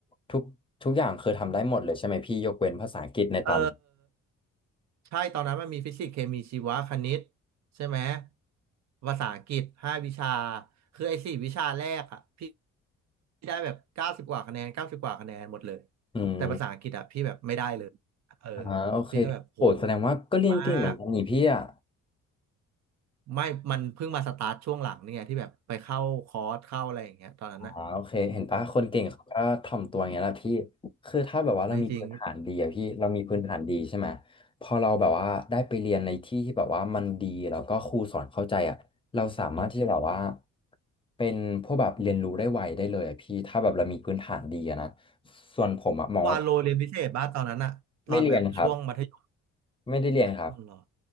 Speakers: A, on the left; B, on the right.
A: ทุกทุกอย่างคือทำได้หมดเลยใช่ไหมพี่ยกเว้นภาษาอังกฤษในตอนนั้น
B: เออ ใช่ตอนนั้นมันมีฟิสิกส์เคมีชีวะคณิตใช่ไหมภาษาอังกฤษห้าวิชาคือไอ้สี่วิชาแรกอะพี่พี่ได้แบบเก้าสิบกว่าคะแนนเก้าสิบกว่าคะแนนหมดเลย
A: อืม
B: แต่ภาษาอังกฤษอะพี่แบบไม่ได้เลยเออ
A: อ่าโอเค
B: พี่ก็แบบโห
A: โอ้แสดงว่าก็เรียนเก่งเหมือนกันนี่พี่อ่ะ
B: มากไม่มันเพิ่งมาสตาร์ทช่วงหลังนี่ไงที่แบบไปเข้าคอร์สเข้าอะไรอย่างเงี้ยตอนนั้นอะ
A: อ๋อโอเคเห็นปะคนเก่งเขาก็ถ่อมตัวอย่างเงี้ยแหละพี่ คือถ้าแบบว่าเรามีพื้นฐานดีอะพี่เรามีพื้นฐานดีใช่ไหม
B: ไม่จริง
A: พอเราแบบว่าได้ไปเรียนในที่ที่แบบว่ามันดีแล้วก็ครูสอนเข้าใจอะเราสามารถที่จะแบบว่าเป็นพวกแบบเรียนรู้ได้ไวได้เลยอะพี่ถ้าแบบเรามีพื้นฐานดีอะนะส่วนผมอะมองว่า
B: วาโลเรียนพิเศษบ้าตอนนั้นอะตอนแบบช่วงมัธยม
A: ไม่เรียนครับ ไม่ได้เรียนครับ
B: อ๋อเหรอ